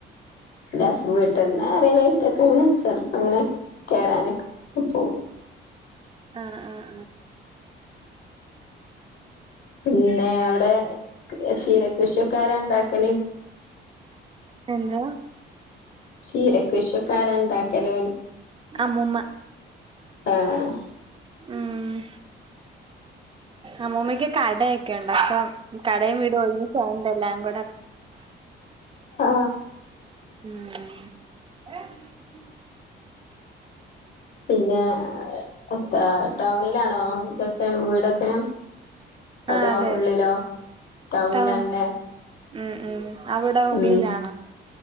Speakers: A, on the left; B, on the right.
A: എല്ലാ സുഖട്ടന്ന അര ലൈറ്റ്ക്കെണ് ചെലപ്പ അങ്ങനെ കേറാനൊക്കെ പോവും
B: ആ അ അ
A: പിന്നെ അവിടെ ശീരകൃഷിയൊക്കെ ആരാ എണ്ടാക്കല്
B: എന്താ
A: ചീര കൃഷിയക്കാര എണ്ടാക്കല്
B: അമ്മുമ്മ
A: ആഹ
B: ഇം അമ്മൂമ്മക്ക് കടയൊക്കെ ഒണ്ട് അപ്പൊ കടയും വീടും ഒന്നിച്ചായോണ്ട് എല്ലാം കൂടെ
A: ആ
B: ഉം
A: പിന്നെ എ ടൗണിലാണോ ഇതൊക്കെ വീടൊക്കെ
B: ആഹ്
A: അതോ
B: അതെ
A: ഉള്ളിലോ
B: അതെ
A: ടൗണിലാണല്ലേ
B: ടൗൺ ഉം ഉം അവിടെ ഉള്ളിലാണ്
A: ഉം